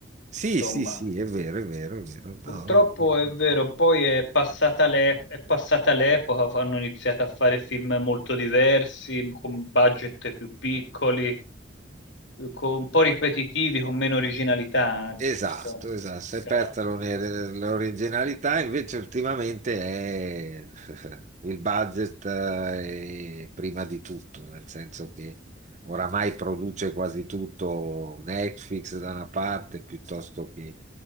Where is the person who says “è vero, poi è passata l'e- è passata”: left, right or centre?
Left